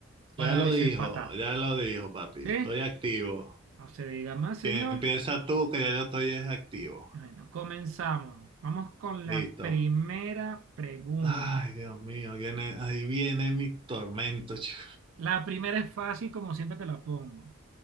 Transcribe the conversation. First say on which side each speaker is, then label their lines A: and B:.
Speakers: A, on the right; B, on the right.
A: para
B: Ya lo
A: desempatar.
B: dijo, ya lo dijo, papi.
A: ¿Sí?
B: Estoy activo.
A: No se diga más, señor.
B: Que empieza tú, que ya yo estoy es activo.
A: Bueno, comenzamos. Vamos con la
B: Listo.
A: primera pregunta.
B: Ay, Dios mío, viene, ahí viene mi tormento. chico.
A: La primera es fácil, como siempre te la pongo.